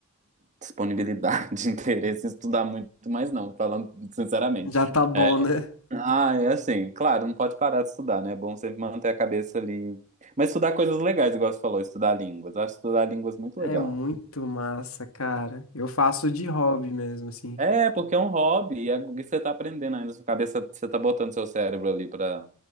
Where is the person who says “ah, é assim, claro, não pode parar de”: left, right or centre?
Right